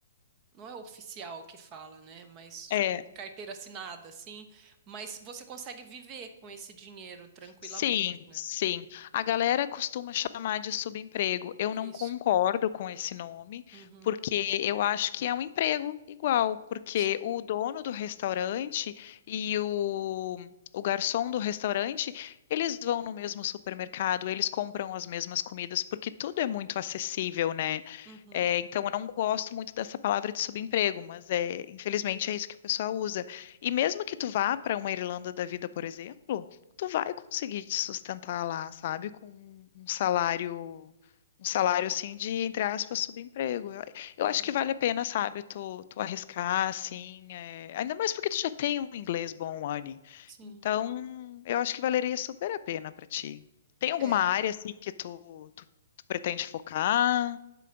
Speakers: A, on the right; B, on the left.
A: não é oficial que fala, né? Mas
B: é.
A: tipo de carteira assinada, assim. Mas você consegue viver com esse dinheiro tranquilamente,
B: Sim,
A: né?
B: sim. A galera costuma chamar de subemprego. Eu
A: Isso.
B: não concordo com esse nome,
A: Uhum.
B: porque eu acho que é um emprego igual, porque
A: Sim.
B: o dono do restaurante e o, o garçom do restaurante, eles vão no mesmo supermercado, eles compram as mesmas comidas, porque tudo é muito acessível, né?
A: Uhum.
B: É, então, eu não gosto muito dessa palavra de subemprego, mas é, infelizmente é isso que o pessoal usa. E mesmo que tu vá para uma Irlanda da vida, por exemplo, tu vai conseguir te sustentar lá, sabe? Com um salário, um salário assim de, entre aspas, subemprego. Eu, eu
A: Uhum.
B: acho que vale a pena, sabe? Tu, tu arriscar, assim. é, Ainda mais porque tu já tem um inglês bom, Anne.
A: Sim.
B: Então, eu acho que valeria super a pena pra ti. Tem alguma
A: É.
B: área, assim, que tu, tu, tu pretende focar?